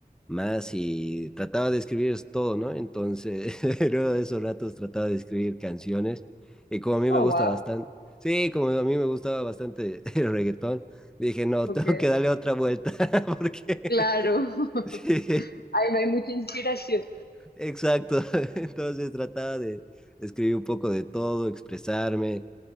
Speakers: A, in the centre; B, on the left (about 80°).
A: más y trataba de escribir es todo, ¿no? Entonces, <laughs> luego de esos ratos trataba de escribir canciones y como
B: Oh,
A: a mí me gusta
B: wow.
A: bastante, sí, como a mí me gustaba bastante <laughs> el reggaetón, dije, no,
B: Ok.
A: <laughs> tengo que darle otra vuelta <laughs> porque,
B: Claro.
A: <laughs>
B: <laughs>
A: sí,
B: Ay, no hay mucha inspiración.
A: exacto, <laughs> entonces trataba de escribir un poco de todo, expresarme